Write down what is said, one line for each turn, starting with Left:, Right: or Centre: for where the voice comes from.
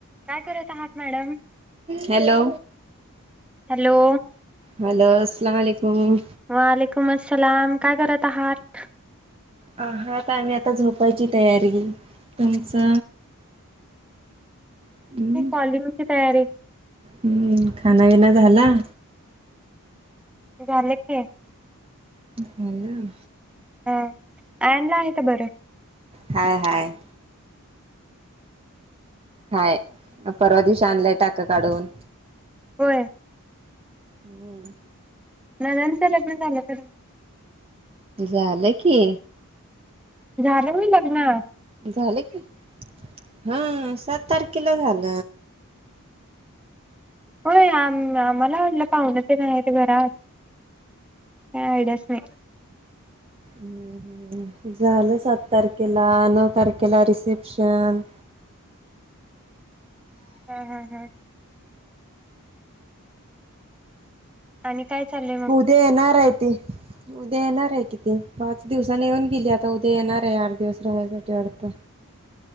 Centre: काय करत आहात मॅडम.
Right: हॅलो.
Centre: हॅलो.
Right: हॅलो असलालकुम.
Centre: वालेकुम असलाम काय करत आहात.
Right: आ हा आता आम्ही आता झोपायची तयारी. तुमचं हम्म
Centre: कॉलिंगची तयारी.
Right: हम्म खाना विना झाला.
Centre: झालं की.
Right: झालं.
Centre: ह आयनला आहे का बरं.
Right: हाय, हाय. हाय परवा दिवशी, आणलंय टाक काढून.
Centre: होय.
Right: हूं!
Centre: नंनंदच, लग्न झालं कद.
Right: झालं की.
Centre: झालं होय लग्न.
Right: झालं की हा सात, तारखेला झाल.
Centre: होय आम आम्हाला वाडलं पाहुण, तेन आहेत घरात काय आयडियाच नाही.
Right: हूं हूं! झालं सात तारखे ला न. तारकेला रिसेप्शन.
Centre: ह ह ह! आणि. काय चाललंय मग
Right: उद्या येणार आहेत. उद्या येणार आहे कि ती पाच दिवसानी येऊन गेली, आता उद्या येणार आहे आठ दिवस राहायसाठी वाटतं.